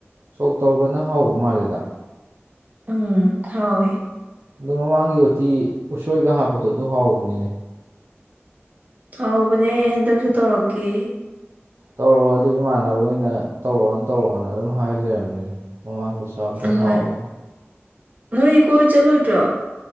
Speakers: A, on the right (about 65°); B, on the right (about 35°).
A: ꯁꯣꯛ ꯇꯧꯔꯒꯅ ꯍꯥꯎꯕ ꯃꯥꯜꯂꯦꯗ
B: ꯎꯝ ꯍꯧꯋꯦ
A: ꯑꯗꯨ ꯃꯃꯥꯡꯒꯤ ꯎꯇꯤ ꯎꯁꯣꯏꯒ ꯍꯥꯞꯄꯗꯣ ꯑꯗꯨ ꯍꯥꯎꯕꯅꯤꯅꯦ
B: ꯍꯧꯕꯅꯦ ꯍꯟꯗꯛꯁꯨ ꯇꯧꯔꯛꯀꯦ
A: ꯇꯧꯔꯛꯑꯣ ꯑꯗꯨ ꯏꯃꯥꯟꯅꯕ ꯒꯩꯏꯅ ꯇꯧꯔꯛꯑꯣ ꯇꯧꯔꯛꯑꯣꯅ ꯑꯗꯨꯝ ꯍꯥꯏ ꯂꯩꯔꯕꯅꯤꯅꯦ ꯃꯃꯥꯡꯗ ꯆꯥꯕꯗꯣ
B: ꯍꯣꯏ
A: ꯍꯥꯎꯋꯦꯅꯦ
B: ꯅꯣꯏꯗꯤ ꯀꯣꯏ ꯆꯠꯂꯣꯏꯗ꯭ꯔꯣ